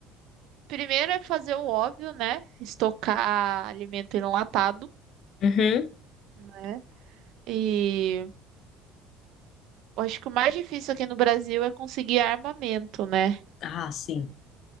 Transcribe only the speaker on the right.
primeiro é fazer o óbvio, né? Estocar alimento enlatado,
né? E eu acho que o mais difícil aqui no Brasil é conseguir armamento, né?